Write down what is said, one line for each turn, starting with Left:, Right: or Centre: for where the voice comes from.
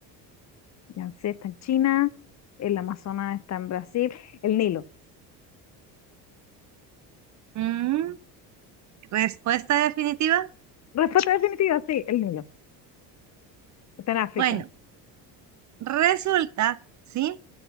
Left: Yangtze está en China, el Amazonas está en Brasil, el Nilo.
Right: Mm, respuesta definitiva.
Left: Respuesta definitiva, sí, el Nilo. Está en África.
Right: Bueno, resulta, ¿sí?